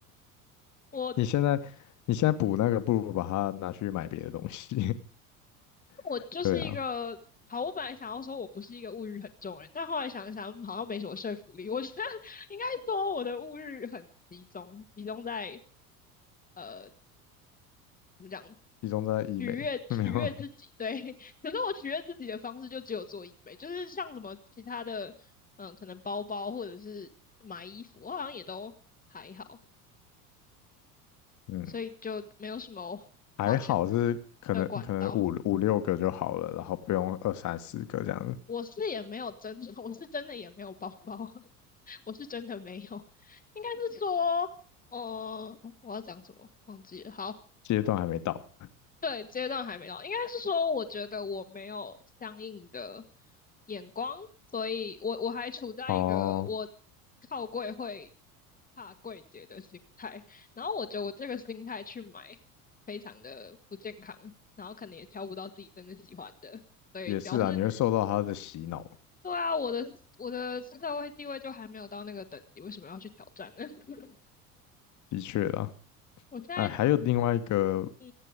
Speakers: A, on the left (about 20°); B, on the left (about 40°).
A: 我
B: 你现在你现在补那个，不如把它拿去买别的东西。
A: 我就是一个好，
B: <laughs> 对啊，
A: 我本来想要说我不是一个物欲很重的人，但后来想一想，嗯好像没什么说服力。<laughs> 我觉得应该说我的物欲很集中，集中在呃怎么讲，
B: 集中在医美，
A: 取悦取悦自己。
B: <laughs> 没有，
A: 对，<laughs> 可是我取悦自己的方式就只有做医美，就是像什么其他的，嗯，可能包包或者是买衣服，我好像也都还好，
B: 嗯，
A: 所以就没有什么花钱
B: 还好是可能可能五五六个就好了，
A: 的管道。
B: 然后不用二三十个这样子，
A: 我是也没有真的，<laughs> 我是真的也没有包包，<laughs> 我是真的没有，应该是说，呃，我要讲什么忘记了。好，
B: <laughs> 阶段还没到。
A: 对，阶段还没到，应该是说，我觉得我没有相应的眼光，所以我我还处在一个我
B: 哦，
A: 靠柜会怕柜姐的心态，然后我觉得我这个心态去买，非常的不健康，然后可能也挑不到自己真的喜欢的。所以表示
B: 也是啊，你会受到他的洗脑，
A: 对啊，我的我的社会地位就还没有到那个等级，为什么要去挑战呢？<laughs>
B: 的确啦。
A: 我现在，
B: 哎，还有另外一个
A: 嗯，